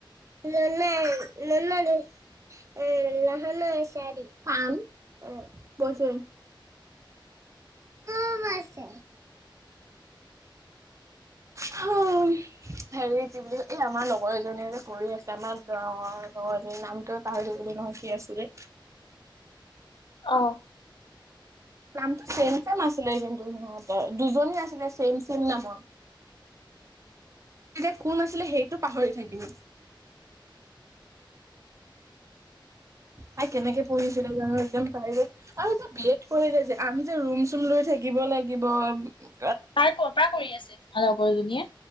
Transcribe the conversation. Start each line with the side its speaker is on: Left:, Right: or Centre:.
Right: <unintelligible> ননাই ননান <unintelligible> এ লাহানে চাৰী পান অ বছে <unintelligible> উ আছে হেৰি কি বুলি এই আমাৰ লগৰ এজনীয়ে যে কৰি আছে আমাৰ দৰঙৰ লগৰজন নামটো পাহৰি কি আছিলে
Left: অ
Right: নামটো ছেম ছেম আছিলে কিন্তু সিহঁতৰ দুজনী আছিলে ছেম ছেম নামৰ
Left: <inaudible>
Right: তেতিয়া কোন আছিলে সেইটো পাহৰি থাকিম
Left: <inaudible>
Right: তাইকেনেকে পঢ়িছেজানো একম পাইভেত আৰু তাই বিএত কৰিলে যে আমি যে ৰুম চুম লৈ থাকিব লাগে <unintelligible> থাকিব
Left: তাই কৰ' পৰা কৰি আছে তোমাৰ লগৰজনীয়ে।